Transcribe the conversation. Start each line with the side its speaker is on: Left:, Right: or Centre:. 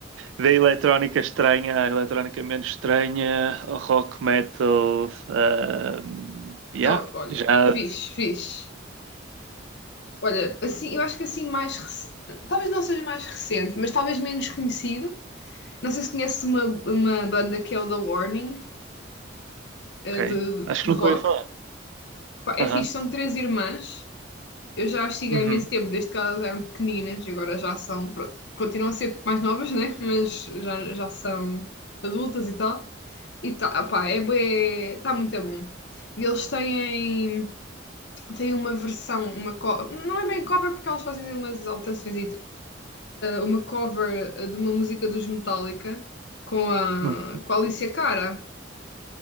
Right: da eletrónica estranha à eletrónica menos estranha, ao rock metal. ahm, yeah,
Left: Top, olha.
Right: já.
Left: Fixe, fixe. Olha, assim, eu acho que assim mais rec- talvez não seja mais recente, mas talvez menos conhecida. Não sei se conheces uma, uma banda que é o The Warning, eh,
Right: Ok.
Left: de,
Right: Acho
Left: de
Right: que
Left: rock.
Right: nunca ouvi falar.
Left: Pá, é
Right: Aham.
Left: fixe, são três irmãs. Eu já as sigo
Right: Uhum.
Left: há imenso tempo, desde que elas eram pequeninas, e agora já são, pronto, continuam a ser mais novas, né? <laughs> Mas já, já são adultas e tal. E tá, pá, é, bué- tá muito bom. E eles têm tem uma versão, uma co- não é bem cover porque elas fazem umas alterações, uma cover eh, de uma música dos Metallica com a,
Right: Uhum.
Left: com a Alicia Cara.